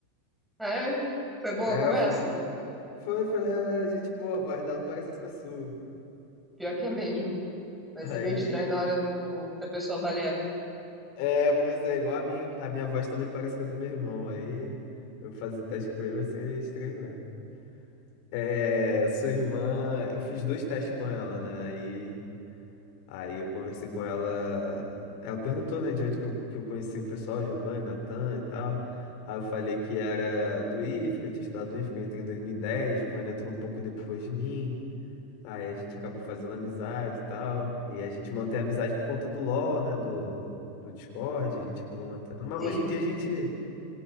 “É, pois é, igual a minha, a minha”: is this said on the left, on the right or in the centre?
Left